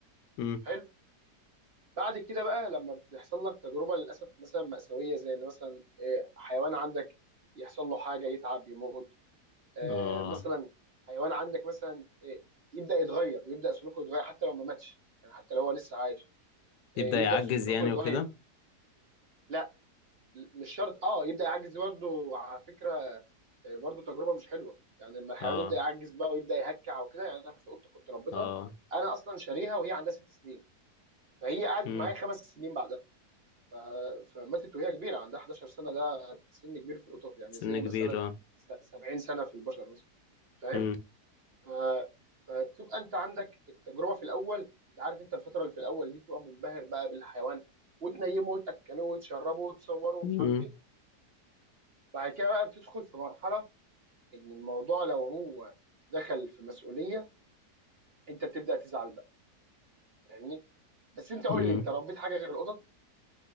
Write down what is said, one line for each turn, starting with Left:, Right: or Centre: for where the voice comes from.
Left: امم
Right: حلو بعد كده بقى لما بتحصل لك تجربه للاسف مثلا مأساويه زي ان مثلا إيه حيوان عندك يحصل له حاجه يتعب يموت آه،
Left: اه
Right: مثلا حيوان عندك مثلا آه، يبدا يتغير يبدا سلوكه يتغير حتى لو ما ماتش يعني حتى لو هو لسه عايش
Left: يبدأ
Right: آه، يبدا
Left: يعجز
Right: سلوكه
Left: يعني
Right: يتغير
Left: وكده
Right: لا مش شرط اه يبدا يعجز برضه على فكره آه، برضه تجربه مش حلوه يعني لما الحيوان
Left: اه
Right: يبدا يعجز بقى ويبدا يهكع وكده يعني انا في قطه كنت ربيتها
Left: اه
Right: انا اصلا شاريها وهي عندها ست سنين فهي قعدت
Left: امم
Right: معايا خمس سنين بعدها ف... فماتت وهي كبيره عندها 11 سنه ده سن كبير في القطط يعني
Left: سن
Right: زي
Left: كبير
Right: مثلا
Left: اه
Right: س- 70 سنه في البشر مثلا فاهم
Left: امم
Right: ف... فتبقى انت عندك التجربه في الاول انت عارف انت الفتره اللي في الاول دي بتبقى منبهر بقى بالحيوان وتنيمه وتاكله وتشربه وتصوره ومش
Left: امم
Right: عارف ايه بعد كده بقى بتدخل في مرحله ان الموضوع لو هو دخل في مسؤوليه انت بتبدا تزعل بقى فاهمني بس انت قول
Left: امم
Right: لي انت ربيت حاجه غير القطط